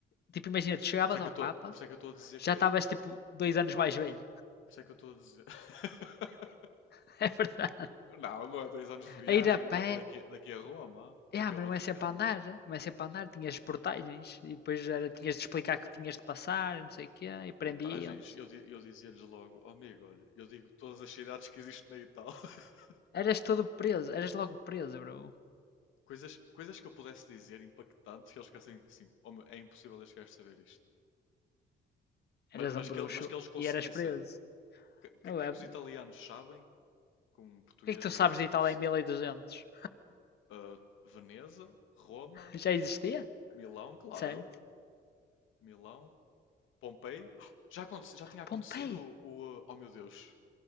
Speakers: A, on the left (about 55°); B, on the left (about 80°).
A: Tipo, imagina, tu chegavas
B: isso é
A: ao Papa,
B: que eu estou a dizer
A: já
B: que
A: estavas
B: é.
A: tipo dois anos mais velho.
B: Por isso é que eu estou a dizer. <laughs>
A: <laughs> É verdade.
B: Não, não é dois anos de viagem
A: A ir a pé,
B: da- daqui, daqui a Roma, daqui
A: Yeah, mas
B: ao Vaticano.
A: não é sempre a andar, não é sempre a andar, tinhas portagens e depois era, tinhas de explicar que tinhas de passar, não sei o quê, e prendiam-te.
B: Portagens. Eu, di- eu dizia-lhes logo, "Oh, amigo, olha, eu digo todas as cidades que existem na Itália. <laughs>
A: Eras todo preso, eras logo preso, bro.
B: Coisas, coisas que eu pudesse dizer impactantes que eles ficassem assim, "Oh, meu, é impossível este gajo saber isto. mas
A: Eras
B: Mas,
A: um
B: que,
A: bruxo
B: ele- mas que eles conseguissem.
A: e eras preso.
B: Que- O que,
A: Não
B: é- que
A: é?
B: é que
A: O
B: os italianos sabem? Que um português
A: que é que tu
B: não
A: sabes
B: é suposto
A: de Itália em 1200?
B: saber. Ah, Veneza, Roma,
A: <laughs> Já existia?
B: Milão, claro.
A: Certo?
B: Milão, Pompei. <gasps> Já, aconte- já tinha acontecido
A: Pompei,
B: o, o, ah, Oh meu Deus!